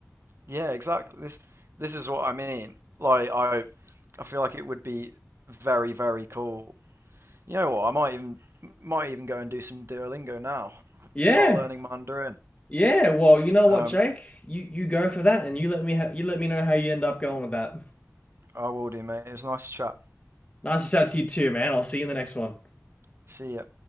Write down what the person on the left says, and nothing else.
Yeah.
Yeah, well, you know what,
Jake? You you go for that and you let me ha you let me know how you end up going with that.
Nice to chat to you too, man. I'll see you in the next one.